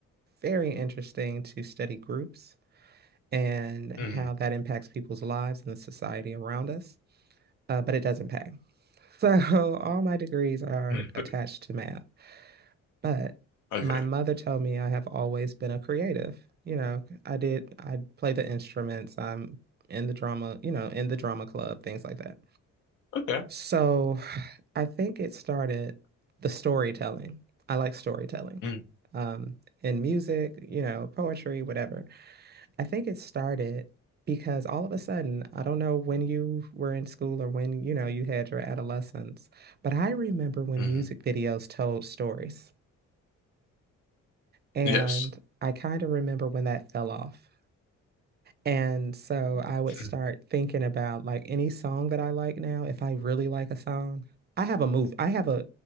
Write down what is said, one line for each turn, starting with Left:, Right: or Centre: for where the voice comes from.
Right: very interesting to study groups and how
Left: hmm
Right: that impacts people's lives and the society around us. Uh, but it doesn't pay. So <laughs> all my degrees are
Left: Mm.
Right: attached to math. But
Left: Okay.
Right: my mother told me I have always been a creative. You know, I did, I play the instruments, I'm in the drama, you know, in the drama club, things like that.
Left: Okay.
Right: So I think it started the storytelling. I like storytelling.
Left: Mm-hmm.
Right: Um, in music, you know, poetry, whatever. I think it started because all of a sudden, I don't know when you were in school or when, you know, you had your adolescence, but I remember when
Left: Mm-hmm.
Right: music videos told stories. And
Left: Yes.
Right: I kind of remember when that fell off. And so I would
Left: Mm.
Right: start thinking about like any song that I like now, if I really like a song, I have a move, I have a